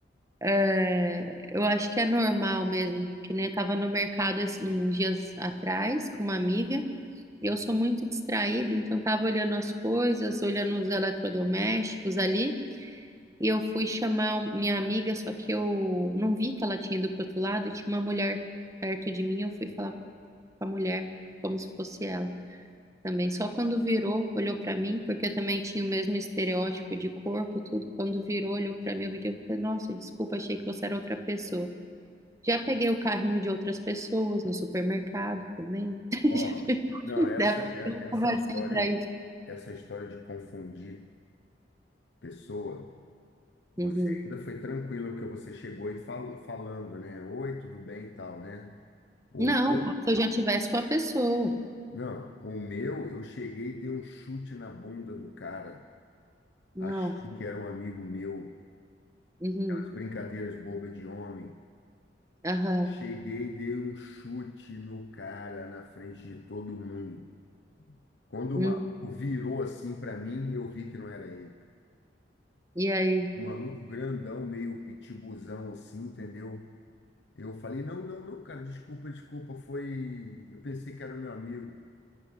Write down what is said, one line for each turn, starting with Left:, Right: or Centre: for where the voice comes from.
Right: é, eu acho que é normal mesmo, que nem eu tava no mercado esse- uns dias atrás com uma amiga e eu sou muito distraída, então estava olhando as coisas, olhando os eletrodomésticos ali, e eu fui chamar um- minha amiga, só que eu não vi que ela tinha ido pro outro lado, e tinha uma mulher perto de mim, eu fui falar com a mulher, como se fosse ela também. Só quando virou, olhou para mim, porque eu também tinha o mesmo estereótipo de corpo, tudo, quando virou, olhou para mim, eu vi que eu falei, nossa, desculpa, achei que você era outra pessoa. Já peguei o carrinho de outras pessoas no supermercado também.
Left: Ó, não,
Right: <laughs>
Left: essa,
Right: Dá pra
Left: é- essa
Right: conversar
Left: história,
Right: atrás.
Left: essa história de confundir pessoa, você
Right: Uhum.
Left: ainda foi tranquilo porque você chegou e fal, falando, né? Oi, tudo bem e tal, né? O
Right: Não,
Left: meu,
Right: como se eu já tivesse com a pessoa.
Left: não, o meu, eu cheguei e dei um chute na bunda do cara,
Right: Nossa,
Left: achando que era um amigo meu.
Right: uhum,
Left: Aquelas brincadeiras bobas de homem.
Right: aham,
Left: Cheguei e dei um chute no cara na frente de todo mundo. Quando
Right: uhum.
Left: o maluco virou assim para mim, eu vi que não era ele.
Right: E aí,
Left: Um maluco grandão, meio pitibuzão assim, entendeu? Eu falei, não, não, não, cara, desculpa, desculpa, foi. Eu pensei que era meu amigo.